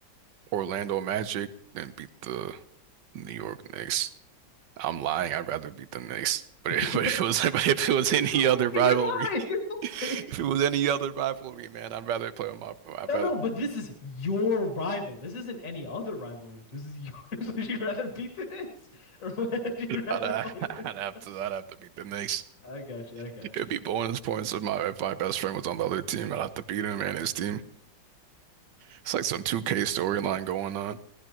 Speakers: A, on the right; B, on the left.
A: Orlando Magic than beat the New York Knicks. I'm lying, I'd rather beat the Knicks. But if,
B: <laughs>
A: <laughs> but if it was <laughs> but if it was any
B: You're lying.
A: other rivalry,
B: You're lying. <laughs> You're
A: <laughs> if
B: lying.
A: it was any other rivalry, man, I'd rather play with my I'd
B: No,
A: rather
B: no, but this is your rival. This isn't any other rivalry. This is yours. <laughs> Would you rather beat the Knicks, or <laughs> would you rather
A: I'd, uh,
B: play with
A: <laughs>
B: your
A: I'd have
B: boy?
A: to I'd have to beat the Knicks.
B: I got you. I got
A: It'd
B: you.
A: be bonus points if my if my best friend was on the other team. I'd have to beat him and his team. It's like some 2K storyline going on.